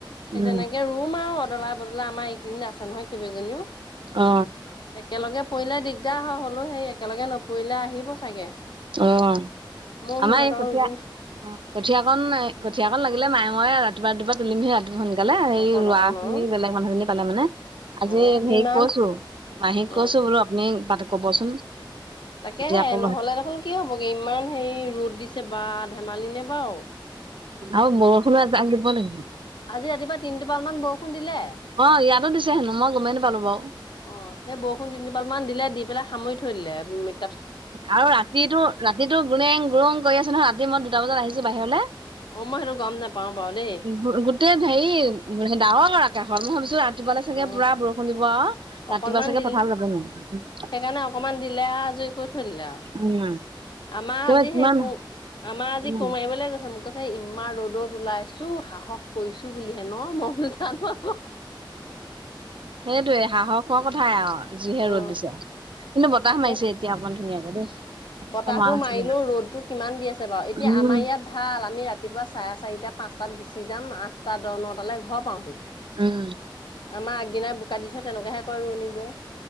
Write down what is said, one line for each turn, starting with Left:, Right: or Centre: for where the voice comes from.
Left: সেই
Right: উম
Left: তেনেকে ৰুম আৰু অদলা-বদলা, আমাৰ এইকেইদিন আছে নহয় কেইবাজনীও।
Right: অ।
Left: একেলগে পৰিলে দিগদাৰ হয়, হ'লও সেই একেলগে নপৰিলে আহিব চাগে।
Right: আহ।
Left: ময়ো
Right: আমাৰ
Left: সিহঁতৰো
Right: এই কঠীয়া-কঠিয়াকন
Left: দিম
Right: কঠিয়াকন লাগিলে মায়ে ময়ে ৰাতিপুৱা ৰাতিপা তুলিমহি ৰাতি। সোনকালে এই
Left: অকণ
Right: ৰোৱা
Left: অকণ
Right: খিনি
Left: অ
Right: বেলেগ মানুহ খিনি পালে মানে আজি
Left: অ
Right: হেৰি
Left: ইমান
Right: কৈছো, মাহীক
Left: অ
Right: কৈছো বোলো আপুনি ক'বচোন।
Left: তাকেহে
Right: আজি আকৌ
Left: নহলে দেখোন কি হ'বগে ইমান হেৰি ৰ'দ দিছে বা। ধেমালি নে বাও!
Right: আৰু বৰষুণ ও এজাক আহিব লাগিব।
Left: আজি ৰাতিপুৱা তিনি টোপাল মান বৰষুণ দিলে।
Right: অ ইয়াতো দিছে হেনো মই গমেই নাপালো বাৰু।
Left: অ, সেই বৰষুণ তিন টোপাল মান দিলে, দি পেলাই সামৰি থৈ দিলে। মি
Right: আৰু ৰাতিটো-ৰাতিটো গুনেং-গুৰুং কৰি আছে নহয়, ৰাতি মই দুটা বজাত আহিছো বাহিৰলে।
Left: অ মই সেইটো গম নোপাও বাৰু দেই
Right: গো-গোটেই হেৰি ডাৱৰ আকাশত মই ভাবিছো ৰাতিপুৱালে চাগে
Left: অ
Right: পুৰা বৰষুণ দিব আৰু
Left: অকনমান
Right: ৰাতিপুৱা চাগে
Left: দিলে
Right: পথাৰলে যাব নোৱাৰিম।
Left: সেইকাৰণে অকনমান দিলে আৰু আজৰি কৰি থৈ দিলে আৰু
Right: উম,
Left: আমাৰ
Right: কিবা
Left: আজি
Right: কিমান
Left: সেই কো আমাৰ আজি
Right: উম
Left: কোৰ মাৰিবলে গৈছে মোক কৈছে ইমান ৰ'দত ওলাইছো সাহস কৰিছো বুলিহে ন? মই বোলো জানো আক'।
Right: সেইটোয়ে সাহসৰ কথাই আৰু। যিহে
Left: অ
Right: ৰ'দ দিছে। কিন্তু বতাহ
Left: তাকে
Right: মাৰিছে এতিয়া অকণমান ধুনীয়াকে দেই।
Left: বতাহটো
Right: বা মৰা নাছিলে
Left: মাৰিলেও ৰ'দটো কিমান দি আছে বাৰু? এতিয়া
Right: উম
Left: আমাৰ ইয়াত ভাল আমি ৰা তিপুৱা চাৰে চাৰিটা-পাঁচটাত গুচি যাম আঠটা, দহ, নটালে ঘৰ পাওঁহি।
Right: উম,
Left: আমাৰ আগদিনাই বোকা দি থয় তেনেকুৱাহে কয় ৰোৱনীবোৰে